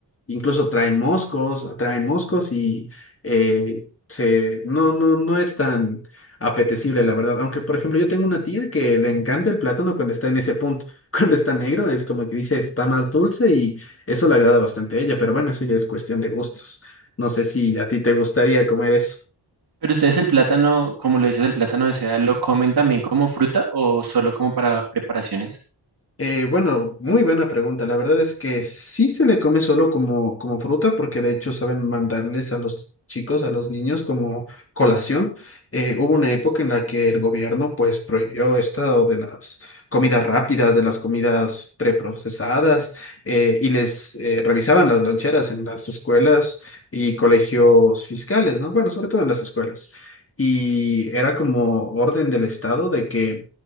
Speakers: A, on the left (about 30°); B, on the right (about 60°).
A: Incluso trae moscos, atrae moscos y eh, se, no, no, no es tan apetecible, la verdad. Aunque, por ejemplo, yo tengo una tía que le encanta el plátano cuando está en ese punto. <laughs> Cuando está negro, es como que dice, está más dulce y eso le agrada bastante a ella, pero bueno, eso ya es cuestión de gustos. No sé si a ti te gustaría comer eso.
B: Pero ustedes el plátano, como lo dices, el plátano de seda, ¿lo comen también como fruta o solo como para preparaciones?
A: Eh, bueno, muy buena pregunta. La verdad es que sí se le come solo como, como fruta, porque de hecho saben mandarles a los chicos, a los niños como colación. Eh, hubo una época en la que el gobierno pues prohibió esto de las comidas rápidas, de las comidas preprocesadas, eh, y les eh, revisaban las loncheras en las escuelas y colegios fiscales, ¿no? Bueno, sobre todo en las escuelas. Y era como orden del Estado de que...